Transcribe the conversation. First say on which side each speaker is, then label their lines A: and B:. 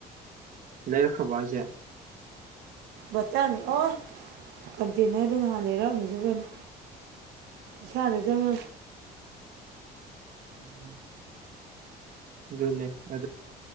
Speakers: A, on the right; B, on the right.
A: ꯂꯩꯔꯈ꯭ꯔꯔꯕ ꯍꯥꯏꯖꯦ
B: ꯕꯇꯟ ꯑꯣ ꯀꯟꯇꯅꯔꯗꯨꯅ ꯂꯩꯔꯛ ꯑꯝꯃꯁꯨ ꯐꯥꯅꯤ ꯏꯁꯅꯥ ꯂꯩꯖꯕ
A: ꯎꯝ ꯑꯗꯨꯅꯦ ꯑ